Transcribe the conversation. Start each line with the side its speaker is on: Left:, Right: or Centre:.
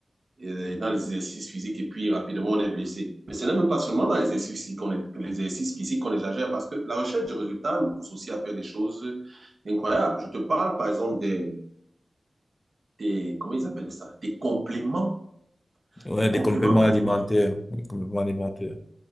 Right: euh, dans les exercices physiques et puis rapidement on est blessé. Mais ce n'est même pas seulement dans les exercices physiques qu'on est- les exercices physiques qu'on exagère parce que la recherche du résultat nous pousse aussi à faire des choses incroyables. Je te parle par exemple des, des comment ils appellent ça? Des compléments,
Left: Ouais,
Right: des
Left: des
Right: compléments
Left: compléments
Right: alimentaires
Left: alimentaires, des compléments alimentaires.